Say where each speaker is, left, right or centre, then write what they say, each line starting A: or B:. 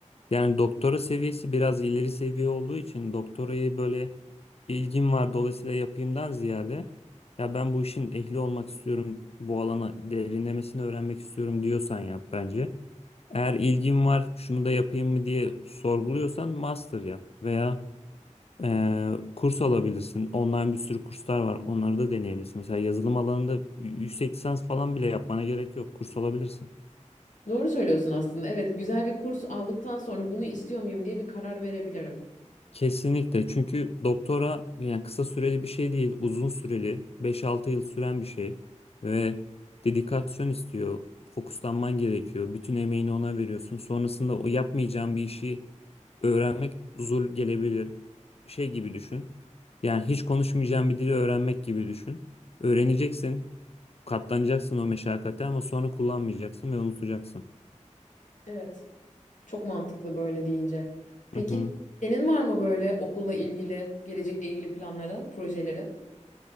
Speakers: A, on the left; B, on the left.
A: Yani doktora seviyesi biraz ileri seviye olduğu için doktorayı böyle ilgim var dolayısıyla yapayımdan ziyade ya ben bu işin ehli olmak istiyorum, bu alana derinlemesine öğrenmek istiyorum diyorsan yap bence. Eğer ilgin var şunu da yapayım mı diye sorguluyorsan master yap veya eee, kurs alabilirsin. Online bir sürü kurslar var onları da deneyebilirsin. Mesela yazılım alanında y- yüksek lisans falan bile yapmana gerek yok kurs alabilirsin.
B: Doğru söylüyorsun aslında. Evet, güzel bir kurs aldıktan sonra bunu istiyor muyum diye bir karar verebilirim.
A: Kesinlikle çünkü doktora yani kısa süreli bir şey değil uzun süreli beş-altı yıl süren bir şey ve dedikasyon istiyor fokuslanman gerekiyor bütün emeğini ona veriyorsun sonrasında o yapmayacağın bir işi öğrenmek zul gelebilir şey gibi düşün yani hiç konuşmayacağın bir dili öğrenmek gibi düşün öğreneceksin katlanacaksın o meşakkate ama sonra kullanmayacaksın ve unutacaksın.
B: Evet, çok mantıklı böyle deyince. Peki
A: <laughs>
B: senin var mı böyle okulla ilgili, gelecekle ilgili planların, projelerin?